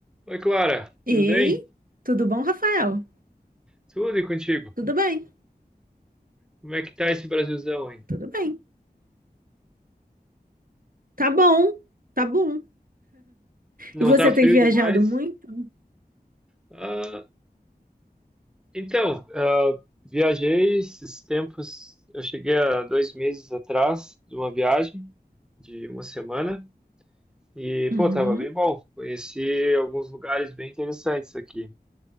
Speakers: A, in the centre; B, on the right.
A: Oi, Clara,
B: Ei,
A: tudo bem?
B: tudo bom, Rafael?
A: Tudo e contigo?
B: Tudo bem,
A: Como é que tá esse Brasilzão, hein?
B: tudo bem. Tá bom, tá bom.
A: Não
B: E você
A: tá frio
B: tem viajado
A: demais?
B: muito?
A: Ah, então, ah, viajei esses tempos, eu cheguei há dois meses atrás de uma viagem de uma semana e,
B: Uhum,
A: pô, tava bem bom. Conheci alguns lugares bem interessantes aqui,